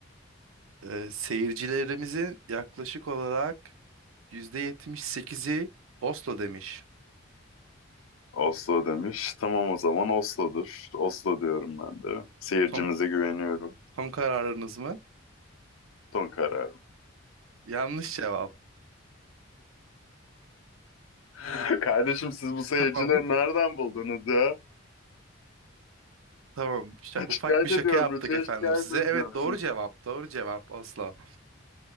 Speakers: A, on the right; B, on the left.
A: Ee, seyircilerimizin yaklaşık olarak yüzde yetmiş sekizi Oslo demiş.
B: Oslo demiş. Tamam o zaman Oslo'dur. Oslo diyorum ben de. Seyircimize
A: Son,
B: güveniyorum.
A: son kararınız mı?
B: Son kararım.
A: Yanlış cevap.
B: <laughs> Kardeşim siz bu seyircileri
A: Tamam.
B: nereden buldunuz ya?
A: <laughs> Tamam. Şa-
B: <laughs>
A: ufak
B: Şikayet
A: bir şaka
B: ediyorum.
A: yaptık
B: Rütü'ye
A: efendim
B: şikayet
A: size.
B: edeceğim.
A: Evet doğru
B: sizi.
A: cevap. Doğru cevap Oslo.